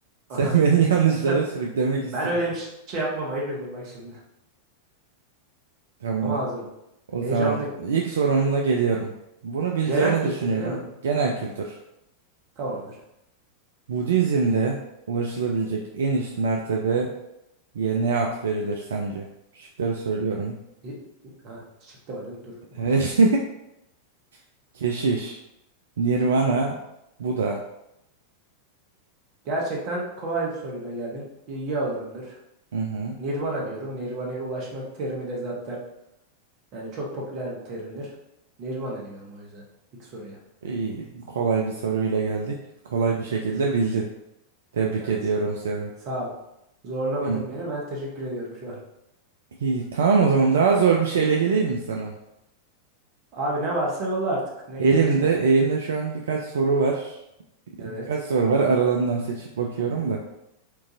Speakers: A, on the right (about 65°); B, on the right (about 40°).
A: Sen
B: Aha.
A: <laughs> beni yanlışlara
B: <laughs>
A: sürüklemek istiyorsun.
B: Ben öyle bir şey yapmam ayıp ediyorum bak şimdi. <laughs>
A: Tamam.
B: Ama hazırım.
A: O
B: Heyecanlıyım.
A: tamam. İlk sorumla geliyorum. Bunu bileceğini
B: Genel kültür
A: düşünüyorum.
B: değil mi?
A: Genel kültür.
B: Tamamdır.
A: Budizm'de ulaşılabilecek en üst mertebeye ne ad verilir sence? Şıkları söylüyorum.
B: İ- Ha, şık da var değil mi? Dur unuttum.
A: Evet. <laughs> Keşiş. Nirvana. Buda.
B: Gerçekten kolay bir soruyla geldin. İlgi alanımdır.
A: Hı hı.
B: Nirvana diyorum. Nirvana'ya ulaşmak terimi de zaten yani çok popüler bir terimdir. Nirvana diyorum o yüzden. ilk soruya.
A: İyi, kolay bir soruyla geldik. Kolay bir şekilde
B: Evet.
A: bildin. Tebrik
B: Evet.
A: ediyorum seni.
B: Sağ ol. Zorlamadın
A: Hı.
B: beni. Ben teşekkür ediyorum şu an.
A: İyi, tamam o zaman daha zor bir şeyle geleyim mi sana?
B: Abi ne varsa yolla artık. Ne
A: Elimde,
B: gelirse.
A: elimde şu an birkaç soru var. Birkaç
B: Evet.
A: soru var. Aralarından seçip bakıyorum da.